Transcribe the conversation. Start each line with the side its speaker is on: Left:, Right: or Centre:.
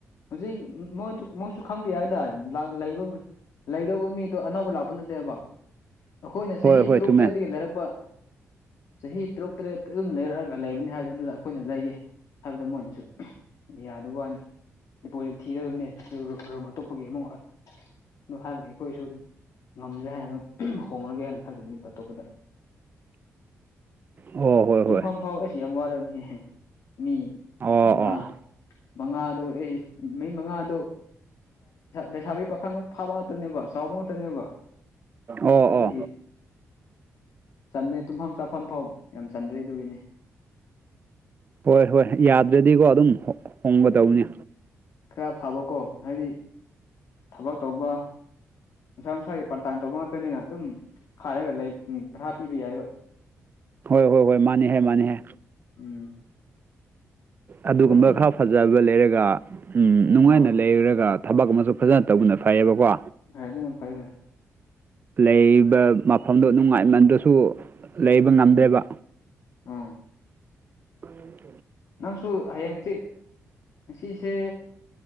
Left: ꯍꯧꯖꯤꯛ ꯃꯣꯏꯗꯨ ꯃꯣꯏꯁꯨ ꯈꯪꯕ ꯍꯥꯏꯇꯥꯔꯦ ꯂꯩꯕ ꯂꯩꯗꯧꯕ ꯃꯤꯗꯣ ꯑꯅꯧꯕ ꯂꯥꯛꯄ ꯅꯠꯇꯦꯕ ꯑꯩꯈꯣꯏꯅ
Right: ꯍꯣꯏ
Left: ꯆꯍꯤ
Right: ꯍꯣꯏ
Left: ꯇꯔꯨꯛ
Right: ꯆꯨꯝꯃꯦ
Left: ꯇꯔꯦꯠꯇꯗꯒꯤ ꯂꯩꯔꯛꯄ ꯆꯍꯤ ꯇꯔꯨꯛ ꯇꯔꯦꯠꯇ ꯑꯗꯨꯝ ꯂꯩꯔꯛꯑꯒ ꯂꯩꯕꯅꯤ ꯍꯥꯏꯕꯅꯤ ꯑꯗꯨꯗ ꯑꯩꯈꯣꯏꯅ ꯂꯩꯒꯦ ꯍꯥꯏꯕꯗ ꯃꯣꯏꯅꯁꯨ ꯌꯥꯗꯕ ꯋꯥꯗ ꯗꯤꯄꯣꯖꯤꯠ ꯊꯤꯒꯗꯕꯅꯦ ꯔꯨꯝ ꯑꯇꯣꯞꯄꯒꯤ ꯑꯃ ꯋꯥꯠꯂ ꯅꯨꯡ ꯍꯥꯏꯒ ꯑꯩꯈꯣꯏꯁꯨ ꯉꯝꯗ꯭ꯔꯦ ꯍꯥꯏꯅ ꯑꯗꯨ ꯍꯣꯡꯡꯂꯒꯦ ꯍꯥꯏꯅ ꯈꯜꯂꯤꯕꯅꯦꯕ ꯑꯇꯣꯞꯄꯗ
Right: ꯑꯣ ꯍꯣꯏ ꯍꯣꯏ
Left: ꯇꯨꯡꯐꯝ ꯐꯥꯎ ꯑꯩꯁ ꯌꯥꯝ ꯋꯥꯔꯝꯅꯤ ꯃꯤ
Right: ꯑꯣ ꯑꯣ
Left: ꯃꯍꯥ ꯃꯉꯥꯗꯨꯣ ꯑꯩ ꯃ ꯃꯉꯥꯗꯨ ꯂꯩꯁꯥꯕꯤ ꯄꯥꯈꯪ ꯐꯥꯕ ꯉꯥꯛꯇꯅꯦꯕ ꯆꯥꯎꯕ ꯉꯥꯛꯇꯅꯦꯕ
Right: ꯑꯣ
Left: ꯑꯗꯨꯒꯤ
Right: ꯑꯣ
Left: ꯆꯟꯗ꯭ꯔꯦ ꯇꯨꯝꯐꯝ ꯆꯥꯐꯝ ꯐꯥꯎ ꯌꯥꯝ ꯆꯟꯗ꯭ꯔꯦ ꯑꯗꯨꯒꯤꯅꯤ
Right: ꯍꯣꯏ ꯍꯣꯏ ꯌꯥꯗ꯭ꯔꯗꯤꯀꯣ ꯑꯗꯨꯝ ꯍꯣꯡꯒ ꯇꯧꯅꯤ
Left: ꯎꯝ ꯈꯔ ꯐꯥꯕꯀꯣ ꯍꯥꯏꯗꯤ ꯊꯕꯛ ꯇꯧꯕ ꯃꯁꯥ ꯃꯁꯥꯒꯤ ꯄ꯭ꯔꯇꯢꯝ ꯇꯧꯕ ꯉꯥꯛꯇꯅꯤꯅ ꯑꯗꯨꯝ ꯈꯥꯔꯒ ꯂꯩꯔꯒ ꯚꯔꯥ ꯄꯤꯕ ꯌꯥꯏꯕ
Right: ꯍꯣꯏ ꯍꯣꯏ ꯍꯣꯏ ꯃꯥꯅꯤꯍ ꯃꯥꯅꯤꯍ
Left: ꯎꯝ
Right: ꯑꯗꯨꯒꯨꯝꯕ
Left: ꯑꯗꯨꯝ
Right: ꯈꯔ ꯐꯖꯕ ꯂꯩꯔꯒ ꯅꯨꯡꯉꯥꯏꯅ
Left: ꯑꯥ
Right: ꯂꯩꯔꯒ ꯊꯕꯛ ꯑꯃꯁꯨ ꯐꯖꯅ ꯇꯧꯕꯅ ꯐꯩꯌꯦꯕꯀꯣ
Left: ꯍꯣꯏ ꯑꯗꯨꯅ ꯐꯩ ꯍꯣꯏ
Right: ꯂꯩꯕ ꯃꯐꯝꯗꯣ ꯅꯨꯡꯉꯥꯏꯃꯟꯗꯔꯥꯁꯨ ꯂꯩꯕ ꯉꯝꯗꯦꯕ
Left: ꯎꯝ ꯑꯥ
Right: ꯎꯝ
Left: ꯅꯪꯁꯨ ꯍꯌꯦꯡꯁꯤ ꯉꯁꯤꯁꯦ